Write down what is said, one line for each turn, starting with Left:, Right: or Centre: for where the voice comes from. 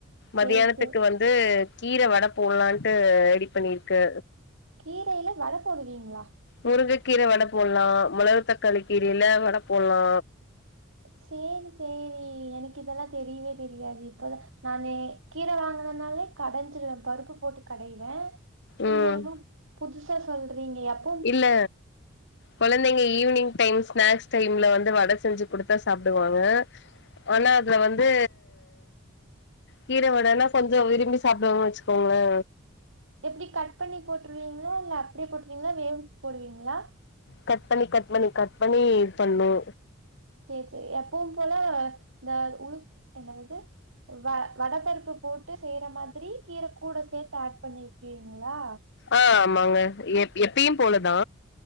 Right: சரி
Left: மத்தியானத்துக்கு
Right: சரி
Left: வந்து கீர வட போடலாட்டு ரெடி பண்ணிருக்கு
Right: கீரையில வட போடுவீங்ளா
Left: முருங்கக்கீர வட போட்லா மொளகு தக்காளி கீரையில வட போட்லா
Right: சேரி சேரி எனக்கு இதெல்லா தெரியவே தெரியாது இப்பதா நானே கீர வாங்குறதுனாலே கடஞ்சிருவே பருப்பு போட்டு கடைவே நீங்க
Left: ம்
Right: <unintelligible> புதுசா சொல்றீங்க எப்
Left: இல்ல கொழந்தைங்க ஈவ்னிங் டைம் ஸ்நாக்ஸ் டைம்ல வந்து வட செஞ்சு குடுத்தா சாப்டுவாங்க ஆனா அதுல வந்து கீர வடன்னா கொஞ்சோ விரும்பி சாப்டு வாங்கனு வெச்சுக்கோங்களே
Right: எப்டி கட் பண்ணி போட்டுருவீங்களா இல்ல அப்டியே போட்டுருவீங்களா வேக வெச்சு போடுவீங்களா
Left: கட் பண்ணி கட் பண்ணி கட் பண்ணி பண்ணுவோ
Right: சேர் சேரி எப்பவும் போல இந்த ஊ என்னதது வ வடபருப்பு போட்டு செய்யற மாதிரி கீர கூட சேத்து ஆட் பண்ணிக்குவீங்களா
Left: ஆ ஆமாங்க எப்பயு போலதா